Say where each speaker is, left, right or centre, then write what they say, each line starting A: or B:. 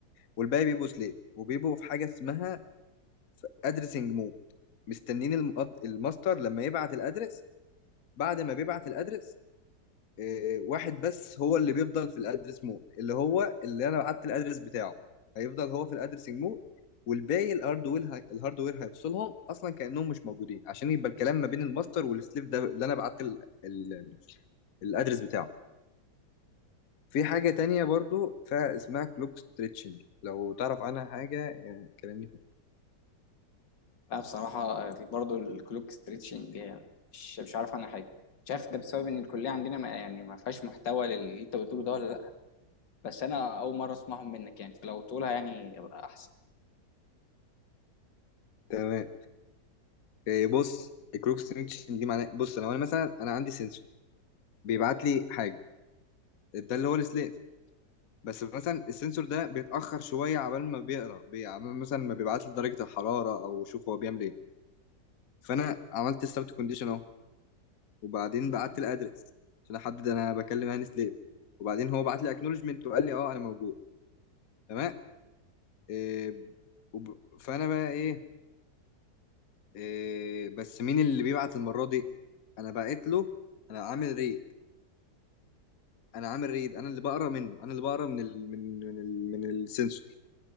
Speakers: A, on the left; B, on the left.
A: والباقي بيبقوا سليف وبيبقوا في حاجه اسمها في ادرسنج مود مستنين المقد- الماستر لما يبعت الادرس بعد ما بيبعت الادرس آه، واحد بس هو اللي بيفضل في الادرس مود اللي هو اللي انا بعت الادرس بتاعه هيفضل هو في الادرسنج مود والباقي الهاردوير هي... الهاردوير هيفصلهم اصلا كانهم مش موجودين عشان يبقى الكلام ما بين الماستر والسليف ده اللي انا بعت ال... ال... الادرس بتاعه في حاجه تانية برضو فاسمها كلوك ستريتشنج لو تعرف عنها حاجه يعني كلمني فيها
B: لا بصراحه برضه الكلوك ستريتشنج مش مش عارف عنها حاجه مش عارف ده بسبب ان الكليه عندنا ما يعني ما فيهاش محتوى للي انت بتقوله ده ولا لا بس انا اول مره اسمعهم منك يعني فلو تقولها يعني يبقى احسن
A: تمام إيه بص البروكستينيشن دي معناه بص لو انا مثلا انا عندي سنسور بيبعت لي حاجه ده اللي هو السليف بس مثلا السنسور ده بيتاخر شويه عبال ما بيقرا بي- عبال مثلا ما بيبعت لي درجه الحراره او شوف هو بيعمل ايه فانا عملت ستارت كونديشن اهو وبعدين بعت الادرس عشان احدد انا بكلم هاني سليف وبعدين هو بعت لي اكنولجمنت وقال لي اه انا موجود تمام إيه وب... فانا بقى ايه, إيه بس مين اللي بيبعت المره دي انا بعت له انا عامل ريت انا عامل ريد انا اللي بقرا منه انا اللي بقرا من ال من من ال من السنسور